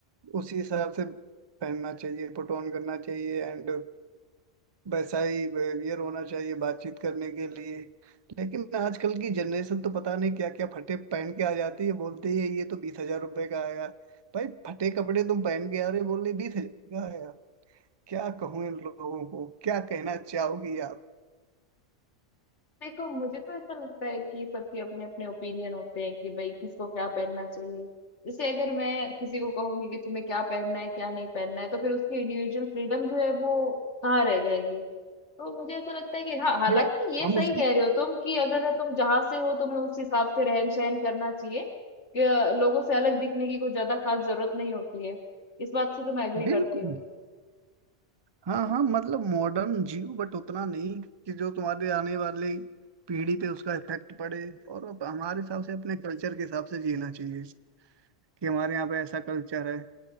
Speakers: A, on the right (about 35°); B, on the left (about 60°).
A: उसी हिसाब से पहनना चाहिए फोटो ऑन करना चाहिए एंड वैसा ही बिहेवियर होना चाहिए बातचीत करने के लिए लेकिन आजकल की जनरेशन तो पता नहीं क्या क्या फटे पहन के आ जाती है बोलती है ये तो बीस हजार रुपए का आया भाई फटे कपड़े तुम पहन के आ रहे हो, बोल रहे बीस हजार का आया क्या कहूँ इन लोगों को क्या कहना चाहोगी आप
B: देखो मुझे तो ऐसा लगता है कि सबके अपने अपने ओपिनियन होते हैं कि भाई किसको क्या पहनना चाहिए जैसे अगर मैं किसी को कहूंगी कि तुम्हें क्या पहनना है क्या नहीं पहनना है तो फिर उसकी इंडिविजुअल फ्रीडम जो है वो कहाँ रह जाएगी तो मुझे ऐसा लगता है कि हाँ हालांकि
A: ये नहीं
B: ये
A: हम
B: सही
A: उसकी
B: कह रहे हो तुम कि अगर तुम जहां से हो तुम्हें उस हिसाब से रहन सहन करना चाहिए कि अ, लोगों से अलग दिखने की कुछ ज्यादा खास जरूरत नहीं होती है इस बात से तो मैं एग्री करती
A: बिल्कुल
B: हूँ
A: हाँ हाँ मतलब मॉडर्न जियो बट उतना नहीं कि जो तुम्हारे आने वाले पीढ़ी पे उसका इफेक्ट पड़े और अब हमारे हिसाब से अपने कल्चर के हिसाब से जीना चाहिए कि हमारे यहाँ पे ऐसा कल्चर है